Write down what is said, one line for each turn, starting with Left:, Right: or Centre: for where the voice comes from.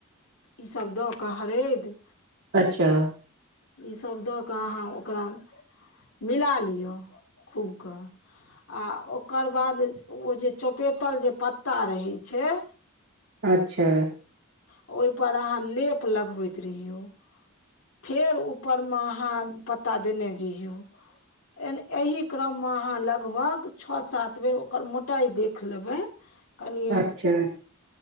Left: ईसभ दऽ कऽ हरैदि
Right: अच्छा
Left: ईसभ दऽ कऽ अहाँ ओकरा मिला लियौ खूबके आ ओकर बाद ओ जे चपेतल जे पत्ता रहे छैय
Right: अच्छा
Left: ओहि पर अहाँ लेप लगबैत रहियौ। फेर ऊपरमे अहाँ पता देने जहियौ। एन एहि क्रममे अहाँ लगभग छओ सात बेर ओकर मोटाइ देख लेबै। कनिये
Right: अच्छा